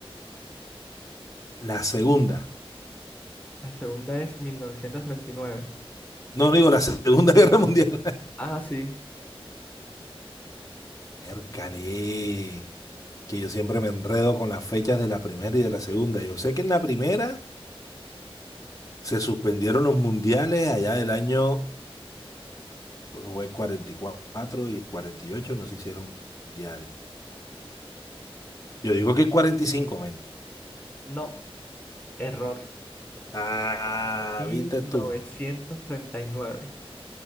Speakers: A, on the left (about 35°); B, on the left (about 15°).
A: La segunda.
B: La segunda es 1939.
A: No, no digo la Segunda <laughs> Guerra Mundial.
B: Ah, sí,
A: Miércale, que yo siempre me enredo con las fechas de la primera y de la segunda. Yo sé que en la primera se suspendieron los mundiales allá del año fue cuarenta y cuatro y el 48 no se hicieron mundiales. Yo digo que el 45, men.
B: no, error.
A: Ah,
B: Mil
A: viste
B: novecientos
A: tú.
B: treinta y nueve.